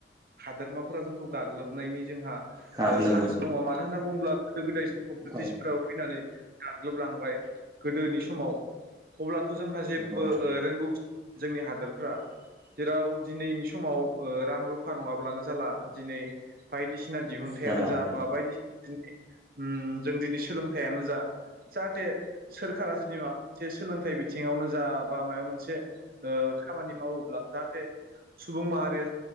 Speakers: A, on the right; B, on the right.
A: हादोरमाफोरा जोंखौ गाग्लोबनायनि जोंहा ओ
B: गाग्लोबगोन
A: चान्स दङ मानो होनना बुङोब्ला गोदो गोदाय समाव ब्रिटिशफोराबो
B: औ
A: फैनानै गाग्लोबलांबाय गोदोनि सम समाव अब्लाथ' जोंहा जेबबो
B: नंगौ
A: ओ रोंगौथि जोंनि हादोरफोरा जेराव दिनैनि समाव ओ रां रुफा नङाब्लानो जाला दिनै बायदिसिना दिहुनथायानो
B: जाला
A: जा
B: जाला
A: बा बायदिसिना उम जों दिनै सोलोंथायानो जा जाहाथे सोरखारा जुदि मा सोलोंथाइ बिथिङावनो जा बा माबा मोनसे ओ खामानि मावोब्ला जाहाथे सुबुं माहारिया